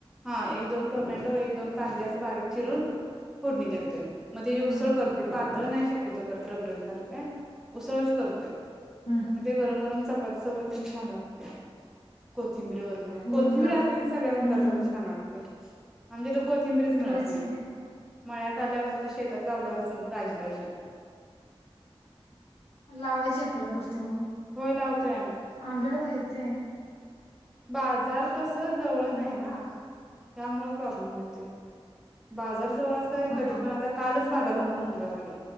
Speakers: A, in the centre; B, on the left (about 80°).
A: हा एक दोन टोमॅटो एक दोन कांदे अस बारीक चिरून फोडणी देतोय. मग तेजी उसळ
B: हा
A: करतोय पातळ नाही शक्यतो करत रबरबीत असं काय उसळच करतोय.
B: हा हा
A: म्हणजे गरम गरम चपाती सोबत तेन छान लागतय कोथिंबीर व न
B: होय
A: कोथिंबीर
B: लागते
A: असली
B: हम्म
A: की सगळ्या पदार्थाला छान वाटतय. आमच्याइथ कोथिंबरीज मिळत
B: होयच
A: नाही
B: की
A: मळ्यात आल्यावरच आता शेतात लावल्यावरच मग ताजी ताजी
B: लावायची आपल्यापूर्ती मग
A: होय लावतोय आम्ही
B: आमच्याकड मिळते.
A: बाजार कस जवळ
B: आणि-
A: नाई ना त्यामुळ प्रॉब्लेम येतोय. बाजार जवळ असता का कधी
B: हा
A: पण आता कालच बाजार झाला मंगळवारी